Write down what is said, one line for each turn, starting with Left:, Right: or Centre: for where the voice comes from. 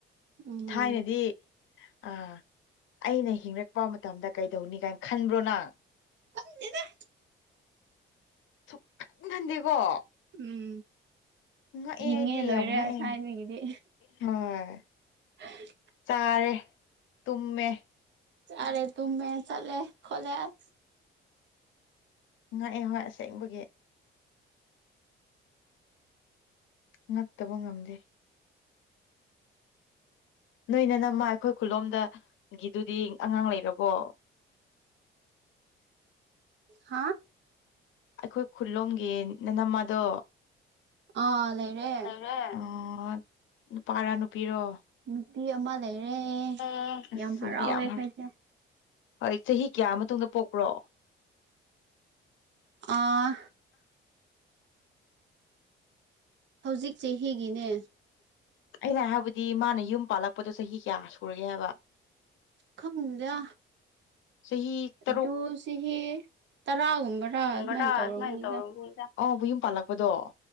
Right: ꯎꯝ
Left: ꯊꯥꯏꯅꯗꯤ ꯑꯥ ꯑꯩꯅ ꯍꯤꯡꯔꯛꯄꯥ ꯃꯇꯝꯗ ꯀꯩꯗꯧꯅꯤ ꯀꯥꯏꯟ ꯈꯟꯕ꯭ꯔꯣ ꯅꯪ
Right: ꯈꯟꯗꯦꯗ
Left: ꯁꯨꯛꯈꯟ ꯈꯟꯗꯦꯀꯣ
Right: ꯎꯝ
Left: ꯉꯛꯑꯦ
Right: ꯍꯤꯡꯉꯦ
Left: ꯑꯩꯗꯤ
Right: ꯂꯣꯏꯔꯦ
Left: ꯌꯥꯝ ꯉꯛꯑꯦ
Right: ꯊꯥꯏꯅꯒꯤꯗꯤ
Left: ꯍꯣꯏ
Right: <unintelligible>
Left: ꯆꯥꯔꯦ ꯇꯨꯝꯃꯦ
Right: ꯆꯥꯔꯦ ꯇꯨꯝꯃꯦ ꯆꯠꯂꯦ ꯈꯣꯠꯂꯦ ꯑꯁ
Left: ꯉꯛꯑꯦ ꯍꯣꯏ ꯑꯁꯦꯡꯕꯒꯤ ꯉꯛꯇꯥꯕ ꯉꯝꯗꯦ ꯅꯣꯏ ꯅꯥꯅꯝꯃꯥ ꯑꯩꯈꯣꯏ ꯈꯨꯜꯂꯣꯝꯗꯥ ꯒꯤꯗꯨꯗꯤ ꯑꯉꯥꯡ ꯂꯩꯔꯕꯣ
Right: ꯍꯥꯥ
Left: ꯑꯩꯈꯣꯏ ꯈꯨꯜꯂꯣꯝꯒꯤ ꯅꯥꯅꯝꯃꯥꯗꯣ
Right: ꯑꯥ ꯂꯩꯔꯦ
Left: ꯔꯦ ꯑꯣꯠ ꯅꯨꯄꯥꯔꯥ ꯅꯨꯄꯤꯔꯣ
Right: ꯅꯨꯄꯤ ꯑꯃꯥ ꯂꯩꯔꯦ
Left: ꯑꯣ ꯑꯁ
Right: ꯌꯥꯝ ꯍꯔꯥꯎꯋꯦ
Left: ꯑꯗꯨꯗꯤ ꯌꯥꯝ
Right: ꯑꯈꯣꯏꯁꯦ
Left: ꯍꯔ ꯍꯣꯏ ꯆꯥꯍꯤ ꯀꯌꯥ ꯃꯇꯨꯡꯗ ꯄꯣꯛꯄ꯭ꯔꯣ
Right: ꯑꯥ ꯍꯧꯖꯤꯛ ꯆꯥꯍꯤꯒꯤꯅꯦ
Left: ꯑꯩꯅ ꯍꯥꯏꯕꯗꯤ ꯃꯥꯅ ꯌꯨꯝ ꯄꯥꯜꯂꯛꯄꯗꯣ ꯆꯍꯤ ꯀꯌꯥ ꯁꯨꯔꯒꯦ ꯍꯥꯏꯕ
Right: ꯈꯪꯗꯥ
Left: ꯆꯍꯤ ꯇꯔꯨꯛ
Right: ꯑꯗꯨ ꯁꯤꯒꯤ ꯇꯔꯥꯒꯨꯝꯕꯔꯥ
Left: ꯒꯨꯕꯔꯥ
Right: ꯑꯗꯨꯃꯥꯏꯅ ꯇꯧꯔꯝꯅꯤꯗ
Left: ꯑꯗꯨꯃꯥꯏꯟ ꯇꯧꯔꯝꯒꯅꯤꯗꯥ ꯑꯕꯨ ꯌꯨꯝ ꯄꯥꯜꯂꯛꯄꯗꯣ